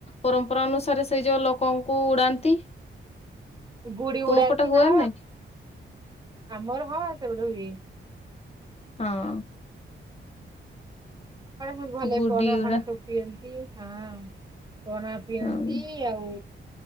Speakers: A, on the left (about 30°); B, on the right (about 20°).
A: ପରମ୍ପରା ଅନୁସାରେ ସେଇ ଯୋଉ ଲୋକଙ୍କୁ ଉଡାନ୍ତି
B: ଗୁଡି
A: ତୁମ
B: ଉଡାନ୍ତି
A: ପଟେ ହୁଏ
B: ହଁ
A: ନାଇଁ?
B: ଆମର ହଁ ସେଗୁଡା ହୁଏ।
A: ହଁ।
B: ଆଣ ସବୁ ଭଲ
A: ଗୁଡି
B: ପଣା
A: ଉଡା
B: ଫଣା ସବୁ ପିଅନ୍ତି ହଁ। ପଣା ପିଅନ୍ତି
A: ହଁ।
B: ଆଉ